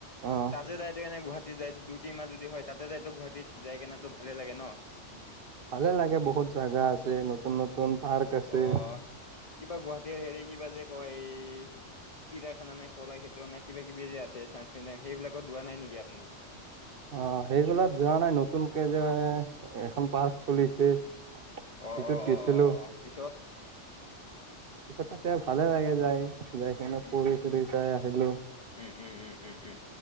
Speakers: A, on the right; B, on the left.
A: অ।
B: তাজে যায়তো এনে গুৱাহাটী যায় দুই মাহ যদি হয় তাতে যাইতো গুৱাহাটীত যাই কেনোতো ভালে লাগে ন।
A: ভালে লাগে বহুত জাগা আছে নতুন নতুন পাৰ্ক। আছে
B: অ', কিবা গুৱাহাটীৰ হেৰি কিবা যে কয় এই চিৰিয়াখানা নে কলা ক্ষেত্ৰত নাই কিবাকিবি যে আছে চাইনচ মিউজিয়াম সেইবিলাক যোৱা নাই নেকি আপুনি?
A: অ', সেইবিলাক যোৱা নাই নতুনকে যে এখন পাৰ্ক খুলিছে। সেইটোত
B: অ অ
A: গেছিলো।
B: অ অ অ পিছত
A: সচাকে ভালে লাগে যায় যায় কেনে
B: উম
A: ফুৰি
B: উম উম
A: চাই আহিলো।
B: উম, উম, উম, উম,